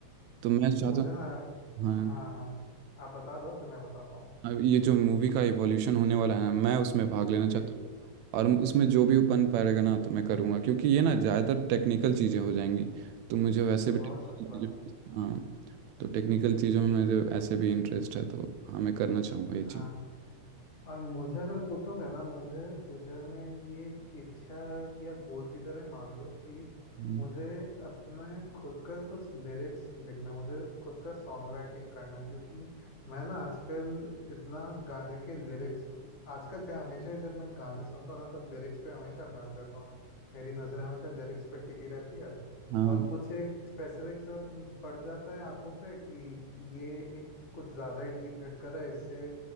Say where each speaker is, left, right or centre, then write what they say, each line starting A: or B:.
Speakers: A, on the right; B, on the left.
A: तो मैं चाहता
B: मुझे ना
A: हूँ हाँ
B: हाँ हाँ आप बता दो फिर मैं बताता हूँ
A: अब ये जो मूवी का इवोल्यूशन होने वाला है ना मैं उसमें भाग लेना
B: जी
A: चाहता
B: जी
A: हूँ और उसमें जो भी बन पाएगा ना तो मैं करूँगा क्योंकि ये ना ज़्यादातर टेक्निकल चीज़ें हो जाएंगी तो मुझे वैसे भी
B: बहुत
A: technical
B: सच बात
A: चीज़ें-
B: है
A: हाँ तो टेक्निकल चीज़ों में मुझे ऐसे भी इंटरेस्ट है तो हाँ मैं करना चाहूँगा ये चीज़
B: हाँ और मुझे अगर पूछोगे ना मुझे फ्यूचर में ये एक इच्छा या गोल की तरह ही मान लो कि
A: हम्म,
B: मुझे अपने खुद का कुछ लिरिक्स लिखना मुझे खुद का सॉन्ग राइटिंग करना क्योंकि मैं ना आजकल इतना गाने के लिरिक्स आजकल क्या हमेशा ही जब मैं गाने सुनता हूँ ना तब लिरिक्स पे हमेशा ध्यान देता हूँ मेरी नज़र हमेशा लिरिक्स पे टिकी रहती है
A: हाँ
B: और कुछ एक स्पेसिफिक सा पड़ जाता है आंखों पे कि ये एक कुछ ज़्यादा ही डीप हिट कर रहा है इससे